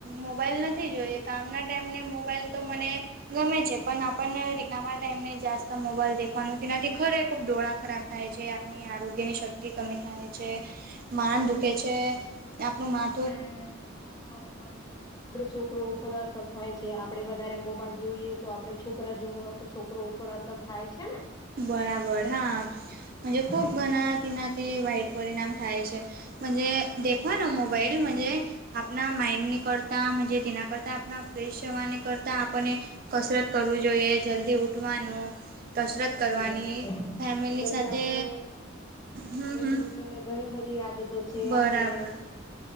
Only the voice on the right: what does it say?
મોબાઈલ નથી જોઈએ, કામના ટાઈમને મોબાઈલ તો મને ગમે છે પણ આપણને રિકામા ટાઈમ ને જાસ્ત મોબાઈલ દેખવાનું નથી ખરે ખુબ દોળ ખરાબ થાય છે, આપની આરોગ્યની શક્તિ કમી થાય છે. માન દુખે છે આપણું માન
બરાબર હા
ખુબ ઘણા તેનાથી વાઈટ પરિણામ થાય છે. મજે દેખવાનો મોબાઈલ મજે આપણા માઇન્ડ ની કરતાજ મજે તેના કરતાં આપણા ફ્રેશ જવાને કરતાં આપણને કસરત કરવું જોઈએ જલ્દી ઉઠવાનું કસરત
કરવાની
ફેમિલી
સાથે
હમ
હમ
બરાબર